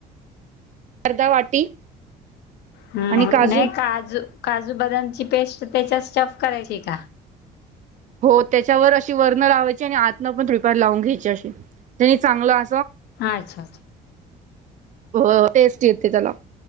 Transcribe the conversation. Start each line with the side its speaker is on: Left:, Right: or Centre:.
Right: अर्दा वाटी
Left: हम्
Right: आणि काजू
Left: नाही काजू काजू, बदम. पेस्ट त्याच्या स्टफ करायची का?
Right: हो त्याच्यावर अशी वर्ण लावायची आणि आतन पण रिपर लावून घ्यायची अशी त्यानी चांगलं
Left: अच्छा
Right: हो टेस्ट येते त्याला.